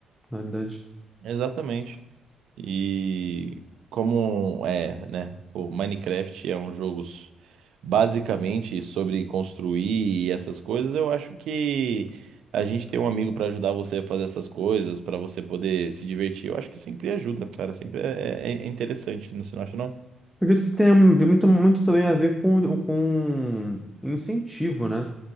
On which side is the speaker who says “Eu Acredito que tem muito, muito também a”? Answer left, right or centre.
Centre